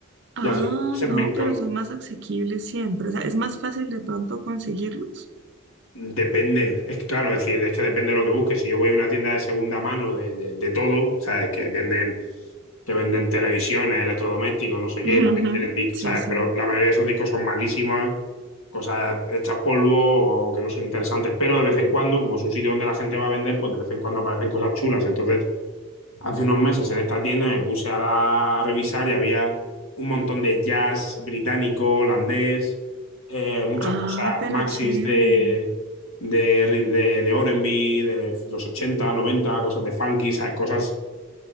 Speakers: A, on the right; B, on the left.
A: Ah,
B: Y hace unos meses
A: no,
B: me, encon-
A: pero son más asequibles siempre. O sea, es más fácil de pronto conseguirlos.
B: Depende, es que claro, es decir, es que depende de lo que busques. Si yo voy a una tienda de segunda mano de, de, de todo, ¿sabes? Que venden, que venden televisiones, electrodomésticos, no sé qué,
A: Ujú,
B: también tienen discos,
A: Sí,
B: ¿sabes?
A: sí.
B: Pero la mayoría de esos discos son malísimos, cosas hechas polvo o que no son interesantes. Pero de vez en cuando, como es un sitio donde la gente va a vender, pues de vez en cuando aparecen cosas chulas. Entonces, Hace unos meses en esta tienda me puse a, dar- a revisar y había un montón de jazz británico, holandés, eh, muchas
A: Ah,
B: cosas,
A: pero
B: maxis
A: chévere.
B: de, de, de, de R&B, de los 80, 90, cosas de funky, ¿sabes? Cosas